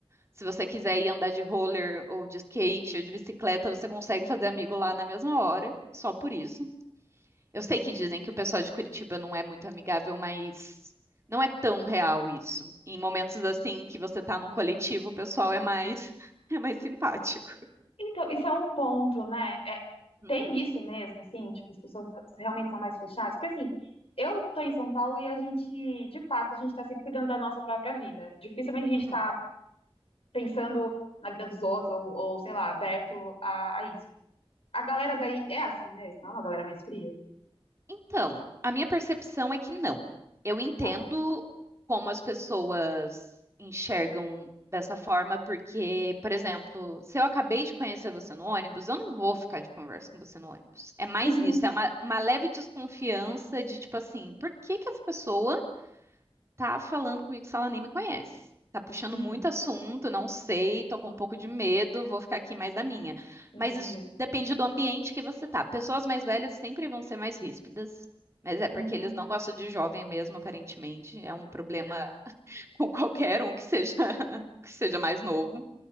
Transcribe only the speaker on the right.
se você quiser ir andar de roller ou de skate ou de bicicleta, você consegue fazer amigo lá na mesma hora, só por isso. Eu
sei que dizem que o pessoal de Curitiba não é muito amigável, mas não é tão real isso. Em momentos assim que você tá num coletivo, o pessoal é mais <laughs> é mais simpático.
Uhum,
uhum.
Então, a minha percepção é que não. Eu entendo
como as pessoas enxergam dessa forma, porque, por exemplo, se eu acabei de conhecer você no ônibus, eu não vou ficar de conversa com você no ônibus. É mais
isso, é uma, uma leve desconfiança de tipo assim, por que que essa pessoa tá falando comigo se ela nem me conhece. Tá puxando
muito assunto, não sei, tô com um pouco de medo, vou ficar aqui mais na minha.
Mas isso depende do ambiente que você tá. Pessoas mais velhas sempre vão ser mais ríspidas, mas é porque
eles não gostam de jovem mesmo, aparentemente. É um problema <laughs> com qualquer um que seja <laughs> que seja mais novo.